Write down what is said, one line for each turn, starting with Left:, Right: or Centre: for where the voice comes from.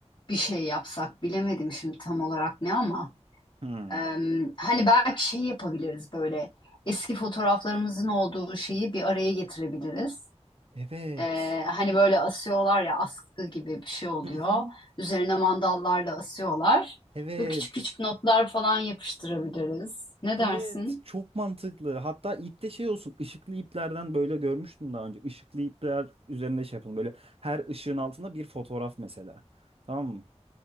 Left: bir şey yapsak, bilemedim şimdi tam olarak ne ama.
Right: Hı.
Left: e, hani belki şey yapabiliriz böyle. Eski fotoğraflarımızın olduğu şeyi bir araya getirebiliriz.
Right: Evet.
Left: Ee, hani böyle asıyorlar ya askı gibi bir şey oluyor.
Right: Hı hı.
Left: Üzerine mandallarla asıyorlar.
Right: Evet.
Left: Böyle küçük küçük notlar falan yapıştırabiliriz. Ne
Right: Evet,
Left: dersin?
Right: çok mantıklı. Hatta ipte şey olsun, ışıklı iplerden böyle görmüştüm daha önce. Işıklı ipler üzerinde şey yapalım. Böyle her ışığın altında bir fotoğraf mesela. Tamam mı?